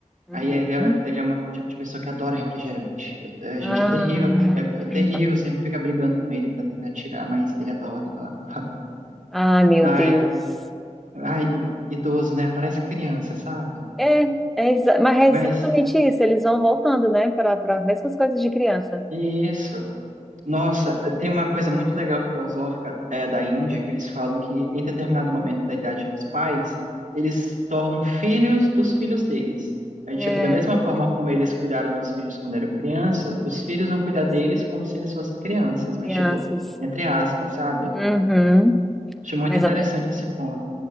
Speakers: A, in the centre; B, on the right.
A: uhum.
B: aí ele é, ele é uma tipo de pessoa que adora refrigerante. Eu- é, a
A: Ah,
B: gente é terrível, é, é terrível,
A: hum.
B: sempre fica brigando com ele pra tentar tirar, mas ele adora, adora, adora.
A: ah, meu
B: Ai,
A: Deus.
B: ai, idoso, né? Parece criança, sabe?
A: É, é exa- mas é
B: Mas
A: exatamente isso. Eles vão voltando, né, para para as mesmas coisas de criança.
B: isso. Nossa, tem uma coisa muito legal filosófica é, da Índia, que eles falam que em determinado momento da idade dos pais, eles se tornam filhos dos filhos deles. Aí,
A: É,
B: tipo, da mesma forma como eles cuidaram dos filhos quando eram crianças, os filhos vão cuidar
A: eles-
B: deles como se eles fossem crianças, mas,
A: crianças.
B: tipo, entre aspas, sabe?
A: Uhum.
B: Acho muito
A: Mas
B: interessante
A: é,
B: esse ponto.